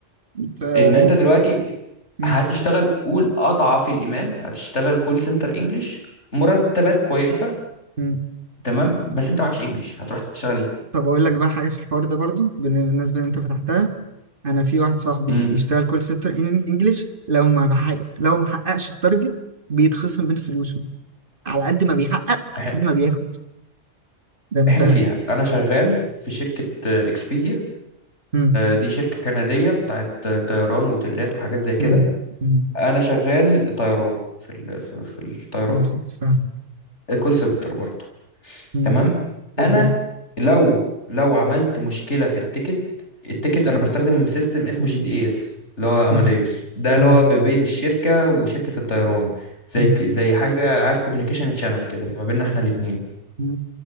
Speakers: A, on the right (about 45°); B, on the left (about 65°).
A: ف-
B: ان انت دلوقتي
A: مم.
B: هتشتغل قول اضعف الايمان هتشتغل كول سنتر انجلش مرتبات كويسه
A: مم.
B: تمام بس انت معكش انجلش هتروح تشتغل ايه
A: طب اقول لك بقى حاجه في الحوار ده برضو بالن- بالنسبه اللي انت فتحتها انا في واحد صاحبي
B: امم
A: بيشتغل كول سنتر انجلش لو ما بحقق لو ما حققش التارجت بيتخصم من فلوسه على قد ما بيحقق على
B: احنا
A: قد ما بياخد ده انت
B: إحنا فيها انا شغال في شركه اكسبيديا
A: مم.
B: دي شركه كنديه بتاعت آه، طيران وتلات وحاجات زي كده
A: مم. مم.
B: انا شغال طيران في ال... في في الطيران
A: فهمت. فاهم
B: كول سنتر برضه
A: مم.
B: تمام انا
A: إيه الدنيا
B: لو لو عملت مشكله في التيكت التيكت انا بستخدم سيستم اسمه جي دي اس اللي هو اماديوس
A: مم.
B: ده اللي
A: مم.
B: هو ما بين الشركه وشركه الطيران زي
A: مم.
B: ك- زي حاجه عارف كوميونيكيشن تشانل كده ما بيننا احنا الاثنين
A: مم.